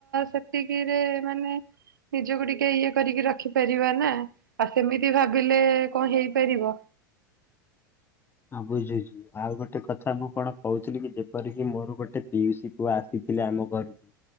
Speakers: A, on the right; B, on the left.
A: ସେତିକିରେ ମାନେ ନିଜକୁ ଟିକେ ଇଏ କରିକି ରଖିପାରିବା ନା ଆଉ ସେମିତି ଭାବ ଭାବିଲେ କଣ ହେଇପାରିବ
B: ହଁ ବୁଝୁଛି ଆଉ ଗୋଟେ କଥା ମୁଁ କଣ କହୁଥିଲି କି ଯେପରିକି ମୋର ଗୋଟେ ପିଉସି ପୁଅ ଆସିଥିଲେ ଆମ ଘରକୁ